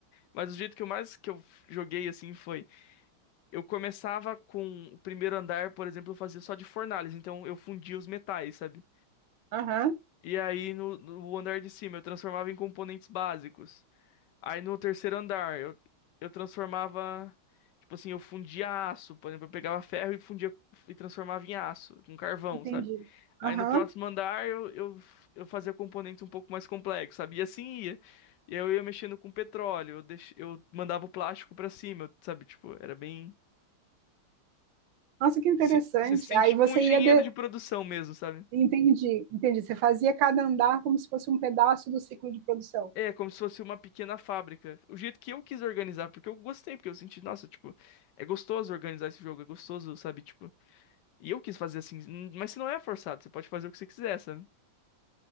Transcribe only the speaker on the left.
Mas o jeito que eu mais que eu joguei assim foi. Eu começava com o primeiro andar, por exemplo, eu fazia só de fornalhas, então eu fundia os metais, sabe?
E aí no, no andar de cima eu transformava em componentes básicos. Aí no terceiro andar eu, eu transformava, tipo assim, eu fundia aço, por exemplo, eu pegava ferro e fundia e transformava em aço, com carvão,
sabe? Aí
no próximo andar eu, eu, eu fazia componentes um pouco mais complexos, sabe? E assim ia. E aí eu ia mexendo com petróleo, eu, deix... eu mandava o plástico pra cima, sabe? Tipo, era bem.
Se, você se sente
tipo um engenheiro
de produção mesmo, sabe?
É, como se fosse uma pequena fábrica. O jeito que eu quis organizar, porque eu gostei, porque eu senti, nossa, tipo, é gostoso organizar esse jogo, é gostoso, sabe? Tipo, e eu quis fazer assim, hum, mas se não é forçado, você pode fazer o que você quiser, sabe?